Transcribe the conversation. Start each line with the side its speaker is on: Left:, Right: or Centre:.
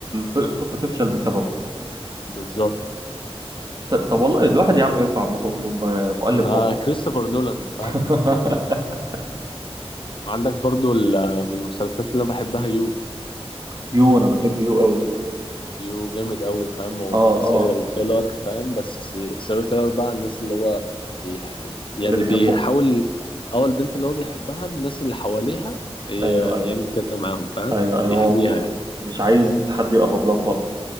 Right: فالخطه تفشل بسببه
Left: بالظبط
Right: س- طب والله الواحد يا عم ينفع مخ- م- م- مؤلف
Left: آه
Right: والله
Left: كريستوفر نولان فاهم
Right: <laughs>
Left: عندك برضه ال- من المسلسلات اللي انا بحبها يو
Right: يو انا بحب يو قوي
Left: يو جامد قوي فاهم هو
Right: اه
Left: سيريال
Right: اه
Left: كيلر فاهم بس سيريال كيلر بقى الناس اللي هو بيح... يعني
Right: اللي بيحبهم
Left: بيحاول اول البنت اللي هو بيحبها الناس اللي حواليها ي-
Right: ايوه ايوه
Left: يعمل كده معاهم فاهم
Right: ايوه ايوه
Left: يحميها
Right: هو بي...
Left: يعني
Right: مش عايز حد يقرب له خالص